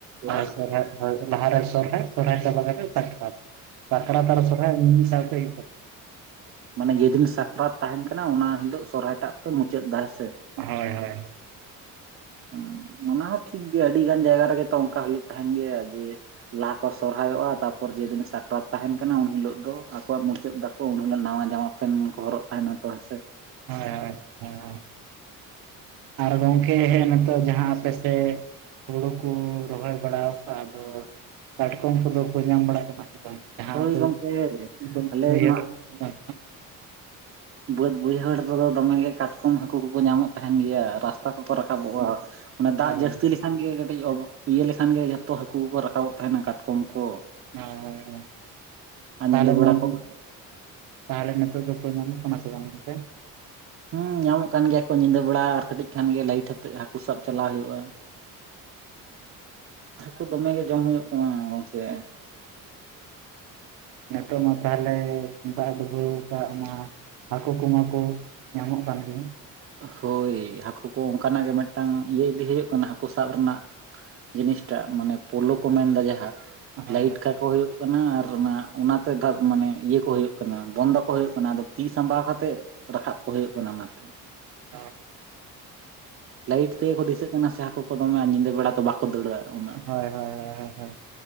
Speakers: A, on the right; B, on the right.
A: ᱞᱟᱦᱟᱼᱼ
B: ᱥᱚᱨᱦᱟᱭ ᱦᱳᱭ ᱞᱟᱦᱟᱨᱮ ᱥᱚᱨᱦᱟᱭ, ᱥᱚᱨᱦᱟᱭ ᱪᱟᱵᱟ ᱠᱟᱛᱮᱜ ᱥᱟᱠᱨᱟᱛ, ᱥᱟᱠᱨᱟᱛ ᱟᱨ ᱥᱚᱨᱦᱟᱭ ᱢᱤ ᱢᱤᱜ ᱥᱟᱣᱛᱮ ᱦᱩᱭᱩᱜ ᱛᱟᱯᱼᱼ
A: ᱢᱟᱱᱮ ᱡᱮᱫᱤᱱ ᱥᱟᱠᱨᱟᱛ ᱛᱟᱦᱮᱱ ᱠᱟᱱᱟ ᱚᱱᱟ ᱦᱤᱞᱳᱜ ᱥᱚᱦᱨᱟᱭ ᱴᱟᱜ ᱯᱮ ᱢᱩᱪᱟᱹᱫ ᱫᱟ ᱦᱮᱸ ᱥᱮ?
B: ᱦᱳᱭ ᱦᱳᱭ᱾
A: ᱚᱸ ᱚᱱᱟ ᱦᱚᱸ ᱴᱷᱤᱠ ᱜᱮᱭᱟ ᱟᱹᱰᱤ ᱜᱟᱱ ᱡᱟᱭᱜᱟ ᱨᱮᱜᱮ ᱛᱚ ᱚᱱᱠᱟ ᱦᱩᱭᱩᱜ ᱛᱟᱦᱮᱱ ᱜᱮᱭᱟ ᱡᱮᱼᱼ ᱞᱟᱦᱟ ᱠᱚ ᱥᱚᱨᱦᱟᱭᱚᱜᱼᱟ ᱛᱟᱨᱯᱚᱨ ᱡᱮᱫᱤᱱ ᱥᱟᱠᱨᱟᱛ ᱛᱟᱦᱮᱱ ᱠᱟᱱᱟ ᱩᱱᱦᱤᱞᱚᱜ ᱫᱚ ᱟᱠᱚᱣᱟᱜ ᱢᱩᱪᱟᱹᱫ ᱫᱟ᱾ ᱠᱚ ᱩᱱ ᱦᱤᱞᱳᱜ ᱱᱟᱣᱟ ᱡᱟᱢᱟ ᱯᱮᱱ ᱠᱚ ᱦᱚᱨᱚᱜ ᱛᱟᱦᱮᱱᱟ ᱛᱚ ᱦᱮᱸ ᱥᱮ?
B: ᱦᱳᱭ ᱦᱳᱭ ᱦᱳᱭ ᱦᱳᱭ᱾ ᱟᱨ ᱜᱚᱝᱠᱮ ᱦᱮᱜᱼᱮ ᱱᱤᱛᱚᱜ ᱡᱟᱦᱟᱸ ᱟᱯᱮ ᱥᱮᱼᱼ ᱦᱳᱲᱳ ᱠᱩ ᱨᱚᱦᱚᱭ ᱵᱟᱲᱟᱣ ᱠᱟᱜ ᱟᱫᱚ ᱠᱟᱴᱠᱚᱢ ᱠᱚᱫᱚ ᱠᱚ ᱧᱟᱢ ᱵᱟᱲᱟᱜ ᱠᱟᱱᱟ ᱥᱮ ᱵᱟᱝ? ᱡᱟᱦᱟᱸ
A: ᱦᱳᱭ
B: ᱯᱟᱹᱭᱤᱯ
A: ᱜᱚᱝᱠᱮ
B: <inaudible>
A: ᱟᱞᱮ
B: ᱵᱟᱹᱭᱦᱟᱹᱲ
A: ᱢᱟ
B: ᱨᱮᱠᱚ ᱛᱟᱦ
A: ᱵᱟᱹᱫᱽ ᱵᱟᱹᱭᱦᱟᱹᱲ ᱨᱮᱫᱚ ᱫᱚᱢᱮ ᱜᱮ ᱠᱟᱴᱠᱚᱢ ᱦᱟᱹᱠᱩ ᱠᱚᱠᱚ ᱧᱟᱢᱚᱜ ᱛᱟᱦᱮᱱ ᱜᱮᱭᱟ ᱨᱟᱥᱼᱼ ᱛᱟ ᱠᱚᱠᱚ ᱨᱟᱠᱟᱵᱚᱜᱼᱟ, ᱚᱱᱮ ᱫᱟᱜ
B: ᱦᱳᱭ ᱦᱳᱭ
A: ᱡᱟᱹᱥᱛᱤ ᱞᱮᱠᱷᱟᱱ ᱜᱮ ᱠᱟᱹᱴᱤᱡ ᱚᱵᱽᱼᱼ ᱤᱭᱟᱹ ᱞᱮᱠᱷᱟᱱ ᱜᱮ ᱡᱚᱛᱚ ᱦᱟᱹᱠᱩ ᱠᱚᱠᱚ ᱨᱟᱠᱟᱵᱚᱜ ᱛᱟᱦᱮᱱᱟ ᱠᱟᱛᱠᱚᱢ ᱠᱚ᱾
B: ᱦᱚᱭ ᱦᱚᱭ ᱦᱚᱭ
A: ᱟᱨ
B: ᱛᱟᱦᱞᱮ
A: ᱧᱤᱫᱟᱹ
B: ᱢᱮᱱᱼᱼ
A: ᱵᱮᱲᱟ ᱠᱚ
B: ᱛᱟᱦᱞᱮ ᱱᱤᱛᱚᱜ ᱫᱚᱠᱚ ᱧᱟᱢᱚᱜ ᱠᱟᱱᱟ ᱥᱮ ᱵᱟᱝ ᱚᱱᱛᱮ?
A: ᱦᱩᱸ ᱧᱟᱢᱚᱜ ᱠᱟᱱ ᱜᱮᱭᱟ ᱠᱚ ᱧᱤᱫᱟᱹ ᱵᱮᱲᱟ ᱟᱨ ᱠᱟᱹᱴᱤᱡ ᱠᱷᱟᱱ ᱜᱮ ᱞᱟᱭᱤᱴ ᱟᱛᱮᱜ ᱦᱟᱠᱩ ᱥᱟᱵᱽ ᱪᱟᱞᱟᱜ ᱦᱩᱭᱩᱜᱼᱟ᱾
B: ᱟᱱ ᱼᱤᱱᱴᱮᱞᱤᱡᱤᱵᱮᱞ
A: ᱦᱟᱹᱠᱩ ᱫᱚᱢᱮ ᱜᱮ ᱡᱚᱢ ᱦᱩᱭᱩᱜ ᱠᱟᱱᱟ ᱜᱚᱝᱠᱮ᱾
B: ᱱᱤᱛᱚᱜ ᱢᱟ ᱛᱟᱦᱚᱞᱮᱭ ᱫᱟᱜ ᱰᱩᱵᱟᱹᱣ ᱠᱟᱜ ᱢᱟ᱾ ᱦᱟᱹᱠᱩ ᱠᱚ ᱢᱟᱠᱚ ᱧᱟᱢᱚᱜ ᱠᱟᱱ ᱜᱮ᱾
A: ᱦᱳᱭ ᱦᱟᱹᱠᱩ ᱠᱚ ᱚᱝᱠᱟᱱᱟᱜ ᱜᱮ ᱢᱤᱫᱴᱟᱝ ᱤᱭᱟᱹ ᱤᱫᱤ ᱦᱩᱭᱩᱜ ᱠᱟᱱᱟ ᱦᱟᱹᱠᱩ ᱥᱟᱵ ᱨᱮᱱᱟᱜ ᱡᱤᱱᱤᱥ ᱴᱟᱜ ᱢᱟᱱᱮ ᱯᱳᱞᱳ ᱠᱚ ᱢᱮᱱᱫᱟ ᱡᱟᱦᱟᱸ,
B: ᱦᱳᱭ ᱦᱳᱭ
A: ᱞᱟᱭᱤᱴ ᱠᱟᱠᱚ ᱦᱩᱭᱩᱜ ᱠᱟᱱᱟ ᱟᱨ ᱚᱱᱟ ᱚᱱᱟᱛᱮ ᱫᱟᱞ ᱢᱟᱱᱮ ᱤᱭᱟᱹ ᱠᱚ ᱦᱩᱭᱩᱜ ᱠᱟᱱᱟ ᱵᱚᱱᱫᱚ ᱠᱚ ᱦᱩᱭᱩᱜ ᱠᱟᱱᱟ ᱟᱫᱚ ᱛᱤ ᱥᱟᱢᱵᱟᱣ ᱠᱟᱛᱮᱜ ᱨᱟᱠᱟᱵᱽ ᱠᱚ ᱦᱩᱭᱩᱜ ᱠᱟᱱᱟ ᱚᱱᱟᱛᱮ᱾
B: <inaudible>
A: ᱞᱟᱭᱤᱴ ᱛᱮᱜᱮ ᱠᱚ ᱫᱤᱥᱟᱹᱜ ᱠᱟᱱᱟ ᱥᱮ ᱦᱟᱹᱠᱩ ᱠᱚ ᱫᱚᱢᱮ ᱟᱨ ᱧᱤᱫᱟᱹ ᱵᱮᱲᱟ ᱛᱚ ᱵᱟᱠᱚ ᱫᱟᱹᱲᱟ᱾ ᱩᱱᱟᱹᱜ
B: ᱦᱳᱭ ᱦᱳᱭ
A: ᱫᱚ
B: ᱦᱳᱭ ᱦᱳᱭ ᱦᱳᱭ,